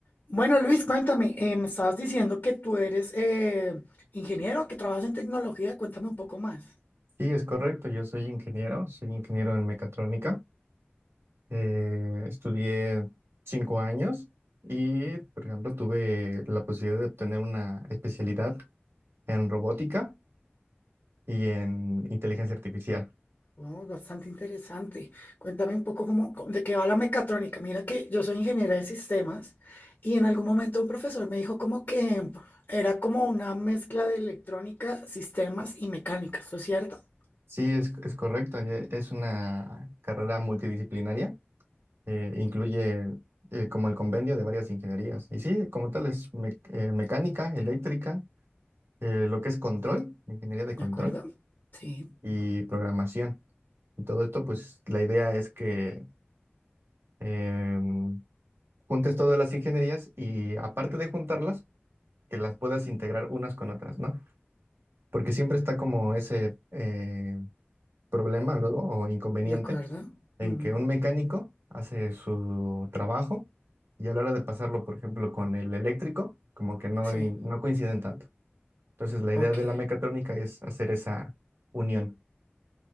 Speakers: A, on the left; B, on the right.
A: Bueno, Luis, cuéntame, eh, me estabas diciendo que tú eres eh, ingeniero, que trabajas en tecnología, cuéntame un poco más.
B: Sí, es correcto. Yo soy ingeniero, soy ingeniero en mecatrónica. Eh, estudié cinco años y, por ejemplo, tuve la posibilidad de obtener una especialidad en robótica y en inteligencia artificial.
A: Wow, bastante interesante. Cuéntame un poco cómo, cómo- de qué va la mecatrónica. Mira que yo soy ingeniera de sistemas y en algún momento un profesor me dijo como que era como una mezcla de electrónica, sistemas y mecánica, ¿esto es cierto?
B: Sí, es, es correcto. ye- Es una carrera multidisciplinaria. eh, incluye eh, como el convenio de varias ingenierías. Y sí, como tal es mec- eh, mecánica, eléctrica, eh, lo que es control, ingeniería de
A: ¿De
B: control
A: acuerdo? Sí,
B: y programación. Y todo esto, pues la idea es que em, juntes todas las ingenierías y aparte de juntarlas, que las puedas integrar unas con otras, ¿no? Porque siempre está como ese eh, problema luego o inconveniente
A: de acuerdo.
B: en
A: Ujú,
B: que un mecánico hace su trabajo y a la hora de pasarlo, por ejemplo, con el eléctrico, como que no,
A: Sí,
B: in- no coinciden tanto. Entonces, la
A: ok.
B: idea de la mecatrónica es hacer esa unión.